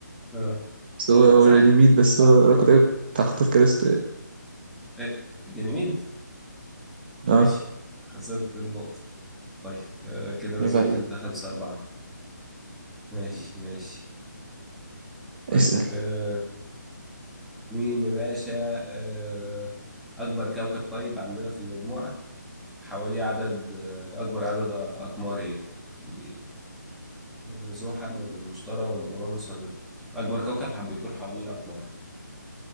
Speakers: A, in the centre; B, on the right (about 30°).
A: اه
B: بس هو هو
A: صح؟
B: جانيميد بس هو انا كنت كنت هختار كاليستو يعني
A: إيه، جميد
B: اه
A: ماشي خسرت النقطة طيب آه، كده ما
B: يبقى
A: زلت
B: عليك
A: انت خمسة أربعة ماشي ماشي طيب
B: اسأل
A: آه، مين يا باشا آه، أكبر كوكب طيب عندنا في المجموعة حواليه عدد آه، أكبر عدد أقمار يعني يعني آه، زحل ولا المشتري ولا أورانوس ولا نبتون أكبر كوكب حب يدور حواليه أقمار